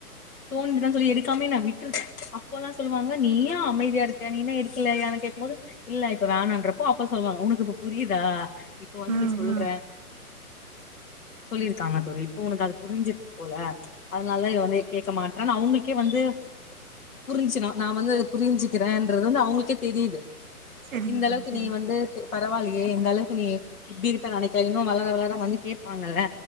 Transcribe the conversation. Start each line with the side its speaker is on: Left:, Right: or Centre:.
Left: தோண்டிதான் சொல்லி எடுக்காமே என்ன விட்டுருக் அப்போலா சொல்லுவாங்க நீயே அமைதியா இருக்க நீ என்ன எடுக்கலையானு கேக்கும் போது இல்ல இப்ப வேனான்றப்போ அப்ப சொல்லுவாங்க உனக்கு இப்ப புரியுதா இப்ப வந்து
Right: ம்
Left: நீ சொல்ற
Right: ம்
Left: சொல்லிருக்காங்க தோழி இப்ப உனக்கு அது புரிஞ்சிருக்கு போல அதனாலதா இவ வந்து கேட்க மாட்ரான்னு அவங்களுக்கே வந்து புரிஞ்சுச்சுன்னா நான் வந்து அதது புரிஞ்சுக்கிறேன்றது வந்து அவங்களுக்கே தெரியுது
Right: சரிங்க
Left: இந்த அளவுக்கு
Right: தோழி சரிங்க
Left: நீ வந்து பரவாலயே இந்தளவுக்கு நீ இப்டி இருப்ப நெனைக்கல இன்னு வளர வளர வந்து கேப்பாங்கல்ல